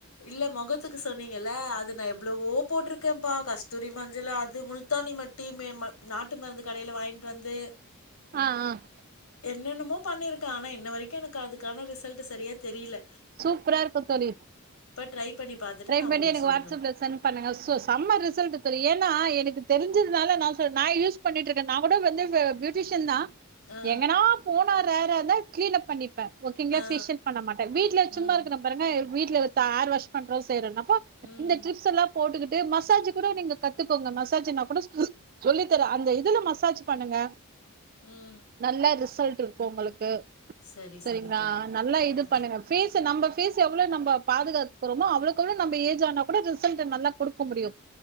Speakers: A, on the left; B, on the right.
A: இல்லை முகத்துக்கு சொன்னீங்கல்ல அது நான் எவ்ளோவோ போட்டிருக்கேன்ப்பா கஸ்தூரி மஞ்சள் அது முல்தானி மட்டி மே நாட்டு மருந்து கடையில் வாய்ன் வந்து
B: ஆன் ஆன்
A: என்னென்னமோ பண்ணியிருக்கேன் ஆனா இன்ன வரைக்கும் எனக்கு அதுக்கான ரிசல்ட்டு் சரியாதெரியல
B: சூப்பரா இருக்கு தோழி
A: ட்ரை பண்ணி பார்த்துட்டு
B: ட்ரை
A: நான்
B: பண்ணி
A: உங்களுக்கு
B: எனக்கு
A: சொல்றேன்.
B: வாட்ஸ்அப்ல சென்ட் பண்ணுங்க செம்ம ரிசல்ட் தோழி ஏன்னா எனக்கு தெரிஞ்சு சதுனால நான் சொ நான் யூஸ் பண்ணிட்டு இருக்கேன் நான் கூட வந்து பியூட்டிஷியன் தான்
A: ஆ,
B: எங்கனா போ ரேரா தான் கிளீன் அப் பண்ணிப்பேன் ஓகேங்ளா
A: ஆ.
B: ஃபேஷியல் பண்ண மாட்டேன் ட்ல சும்மா
A: ம்,
B: இருக்குறேன் பாருங்க வீட்டுல ஒருக்கா ஹேர் வாஷ் பண்றோம் செய்றோம் என்ன பண்ற
A: ம்,
B: து இந்த ட்ரிப்ஸ் எல்லாம் போட்டுக்கிட் டு மசாஜ் கூட நீங்க கத்துக்கோங்க மசாஜ்னா கூட சொல்லி தரேன் அந்த இதுல மசாஜ் பண்ணுங்க
A: ம்.
B: நல்ல ரிசல்ட் இருக்கும் உங்களுக்கு
A: சரி,
B: சரிங்களா
A: சரி தோழி.
B: நல்லா
A: ஆ.
B: இது ஃபேஸ் நம்ப ஃபேஸ் எவ்ளோ நம்ப பாதுகாத்துகுறோமோ அவ்ளோக் அவ்ளோ நம்ப ஏஜ் ஆனா கூட ரிசல்ட் நல்லா குடுக்க முடியும்